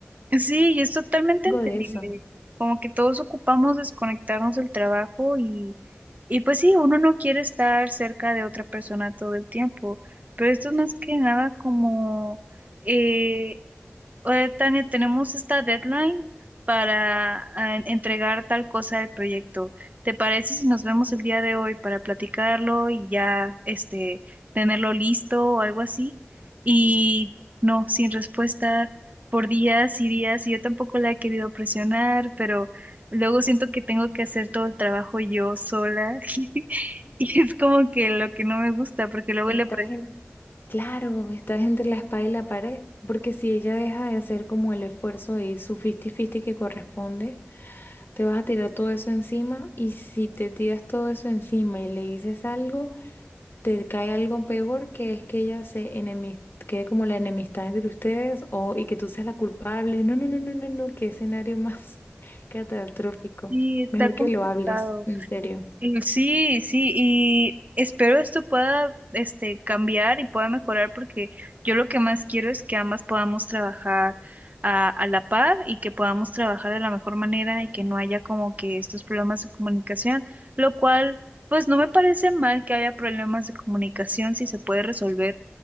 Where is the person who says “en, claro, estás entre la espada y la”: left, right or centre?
Left